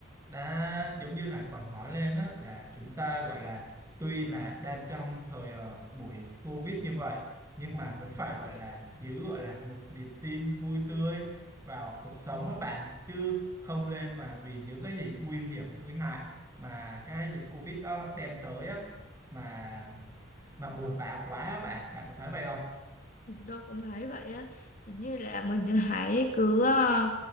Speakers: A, on the right; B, on the left.
A: đã giống như là còn nói lên á là chúng ta gọi là tuy là đang trong thời ờ, buổi Covid như vậy nhưng mà vẫn phải gọi là giữ gọi là một niềm tin vui tươi vào cuộc sống các bạn chứ không lên mà vì những cái gì nguy hiểm nguy hại mà cái dịch Covid đó đem tới á mà mà buồn bã quá á bạn bạn có thấy vậy không
B: tôi cũng thấy vậy á Thì như là mình hãy cứ ờ,